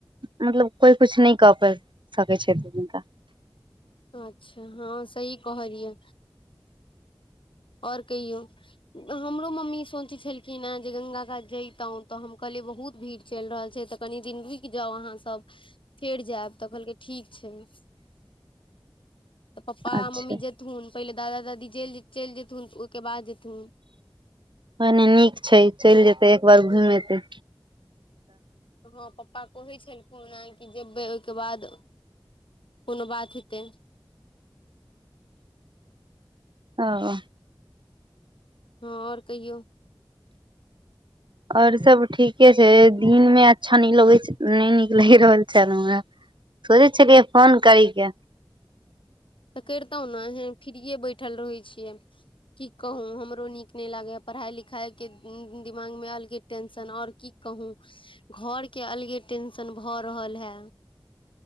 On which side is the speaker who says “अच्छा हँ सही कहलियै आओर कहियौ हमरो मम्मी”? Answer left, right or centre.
Left